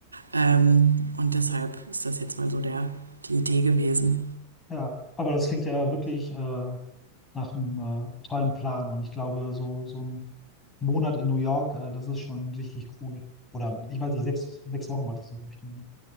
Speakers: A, on the right; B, on the left.
A: Ähm, und deshalb ist das jetzt mal so der, die Idee gewesen.
B: Ja, aber das klingt ja wirklich äh, nach einem äh, tollen Plan. Und ich glaube, so, so ein Monat in New York, äh, das ist schon richtig cool. Oder ich weiß nicht, sechs, sechs Wochen wolltest du, glaube ich. nehmen.